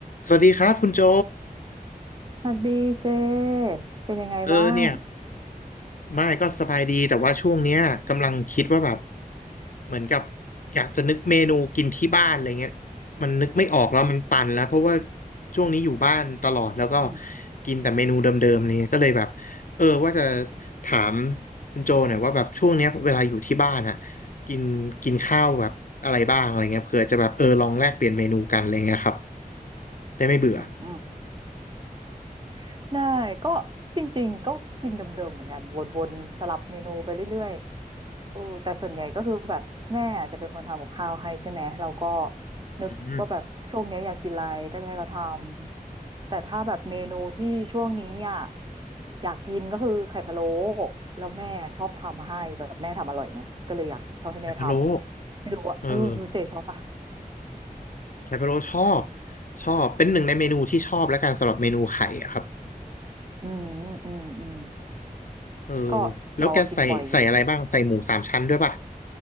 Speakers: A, on the left (about 60°); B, on the right (about 30°).
A: สวัสดีครับคุณโจ
B: สวัสดีเจเป็นยังไงบ้าง
A: เออเนี่ยไม่ก็สบายดีแต่ว่าช่วงเนี้ยกำลังคิดว่าแบบเหมือนกับอยากจะนึกเมนูกินที่บ้านอะไรเงี้ยมันนึกไม่ออกแล้วมันตันแล้วเพราะว่าช่วงนี้อยู่บ้านตลอดแล้วก็
B: อืม
A: กินแต่เมนูเดิมๆอะไรเงี้ยก็เลยแบบเออว่าจะถามคุณโจหน่อยว่าแบบช่วงเนี้ยเวลาอยู่ที่บ้านอะกินกินข้าวแบบอะไรบ้างอะไรเงี้ยเผื่อจะแบบเออลองแลกเปลี่ยนเมนูกันอะไรเงี้ยครับได้ไม่เบื่อ
B: อืมอืม <laughs> ได้ก็จริงๆก็กินเดิมๆเหมือนกันวนๆสลับเมนูไปเรื่อยๆเออแต่ส่วนใหญ่ก็คือแบบแม่อาจจะเป็นคนทำกับข้าวให้ใช่ไหมเราก็นึกว่าแบบช่วงเนี้ยอยากกินอะไรก็จะให้เขาท
A: อืม
B: ำแต่ถ้าแบบเมนูที่ช่วงนี้อ่ะอยากกินก็คือไข่พะโล้แล้วแม่ชอบทำมาให้แบบแม่ทำอร่อยไงก็เลยอยากชอบให้แม่ทำไม่รู้ว่าเออรู้เจชอบปะ
A: ไข่พะโล้เออ ไคโบโรชอบชอบเป็นหนึ่งในเมนูที่ชอบแล้วกันสำหรับเมนูไข่อะครับ
B: อืมอืมอืม
A: เออ
B: ก็เราอะกินบ่อยอยู่
A: แล้วแกใส่ใส่อะไรบ้างใส่หมูสามชั้นด้วยป่ะ